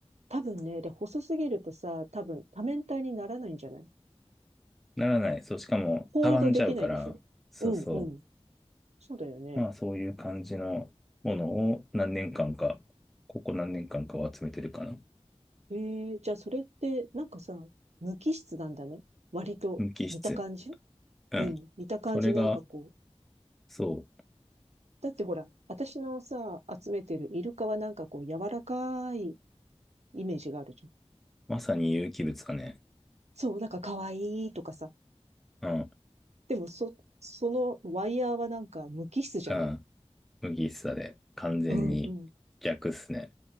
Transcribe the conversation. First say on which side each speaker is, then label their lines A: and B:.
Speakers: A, on the right (about 80°); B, in the centre.
A: 多分ね。で、細すぎるとさ、多分多面体にならないんじゃない
B: ならない。そう。しかも、
A: ホールドできないでしょうん。
B: たわんじゃうから、そうそ
A: うん。そうだよね。
B: う。まあ、そういう感じのものを何年間か、ここ何年間かを集めてるかな。
A: へえ。じゃあ、それって、なんかさ、無機質なんだね。割と、
B: 無機質。
A: 見た感じ
B: うん。
A: うん。見た感じなんかこう、
B: それが、そ
A: だってほら、私のさ、集めてるイルカはなんかこう柔らかいイメージがあるじゃん。
B: う、まさに有機物だね。
A: そう、なんか可愛いとかさ。
B: うん、
A: でもそ、そのワイヤーはなんか無機質じゃない
B: うん。麦しさで、完全に逆っすね。
A: うんうん。